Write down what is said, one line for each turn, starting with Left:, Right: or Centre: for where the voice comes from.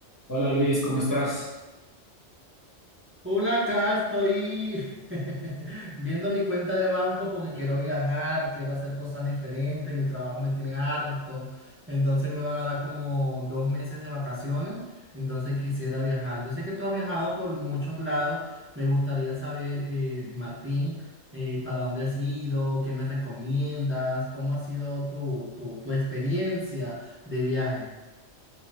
Left: Hola Luis, ¿cómo estás?
Right: Hola, acá estoy <laughs> viendo mi cuenta de banco porque quiero viajar, quiero hacer cosas diferentes, mi trabajo me tiene harto, entonces me van a dar como dos meses de vacaciones, entonces quisiera viajar. Yo sé que tú has viajado por muchos lados, me gustaría saber, eh, Martín, eh, para dónde has ido, qué me recomiendas, cómo ha sido tu, tu, tu experiencia de viaje.